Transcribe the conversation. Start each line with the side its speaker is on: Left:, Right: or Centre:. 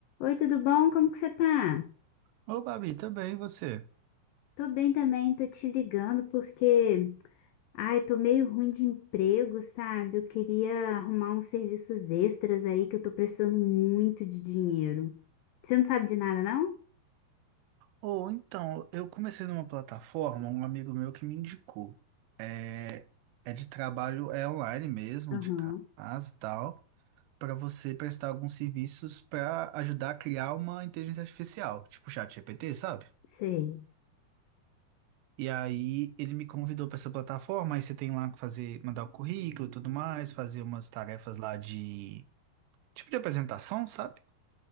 Left: Oi, tudo bom? Como que você tá?
Right: Ô, Babi, também e você?
Left: Tô bem também, tô te ligando porque, ai, tô meio ruim de emprego, sabe? Eu queria arrumar uns serviços extras aí que eu tô precisando muito de dinheiro. Você não sabe de nada, não?
Right: Ou então, eu comecei numa plataforma, um amigo meu que me indicou. É é de trabalho, é online mesmo,
Left: Aham,
Right: de casa e tal, para você prestar alguns serviços para ajudar a criar uma inteligência artificial, tipo chat GPT, sabe?
Left: sei.
Right: E aí ele me convidou para essa plataforma, aí você tem lá que fazer, mandar o currículo e tudo mais, fazer umas tarefas lá de tipo de apresentação, sabe?